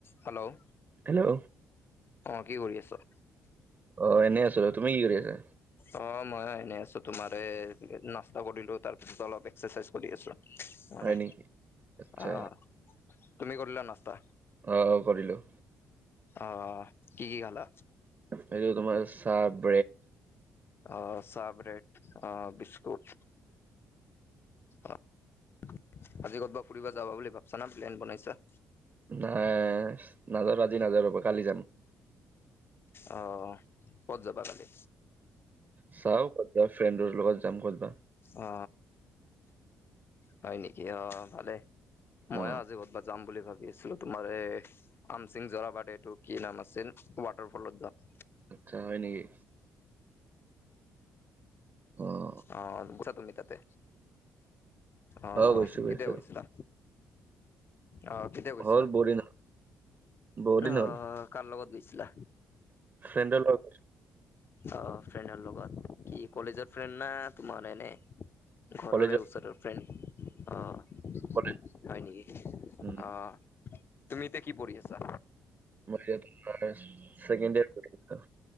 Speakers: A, on the left; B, on the right.
A: Hello
B: hello
A: অ কি কৰি আছ?
B: অ এনেই আছো ৰ, তুমি কি কৰি আছা?
A: অ', মইয়ো এনে আছো তোমাৰ এ নাস্তা কৰিলো, তাৰ পিছত অলপ এক্সাৰচাইজ কৰি আছো। মানে,
B: হয় নেকি আচ্ছা
A: অ অ তুমি কৰিলা নাস্তা?
B: অ, অ কৰিলোঁ।
A: অ, অ কি কি খালা?
B: সেইটো তোমাৰ চাব
A: অ চা, ব্ৰেড অ বিস্কুট অ আজি কতবা ফুৰিব যাবা বুলি ভাবছা না প্লেন বনাইছা
B: নাই নাজৰো আজি নাজৰো ৰবা কালি যাম।
A: অ ক'ত যাবা কালি?
B: চাওঁ ক'ত যাওঁ, ফ্ৰেণ্ডৰ লগত যাম ক'তবা।
A: অ হয় নেকি, অহ ভালে। ময়ো
B: অ
A: আজি কতবা যাম বুলি ভাবি আছিলো। তোমাৰ এ, আমচিং জৰাবাট এইটো কি নাম আচিল, ৱাটাৰ ফলত যাম।
B: আচ্ছা হয় নেকি? অ'
A: অ' গৈছা তুমি তাতে? অ',
B: গৈছো
A: অ',
B: গৈছো
A: কেতিয়া গৈছিলা? অ কেতিয়া গৈছিলা?
B: হ'ল বহুত দিন বহুত
A: ন
B: দিন হ'ল
A: কাৰ লগত গৈছিলা?
B: ফ্ৰেণ্ডৰ লগত গৈছিলো
A: অ' ফ্ৰেণ্ডৰ লগত, কি কলেজৰ ফ্ৰেণ্ড না তোমাৰ এনে? ঘৰৰে
B: কলেজত
A: ওচৰৰ ফ্ৰেণ্ড অ।
B: কলেজ
A: হয় নেকি?
B: উম,
A: অ' তুমি এতিয়া কি পঢ়ি আছা?
B: মই এতিয়া তোমাৰ চেকেণ্ড ইয়েৰ পঢ়ি আছোঁ।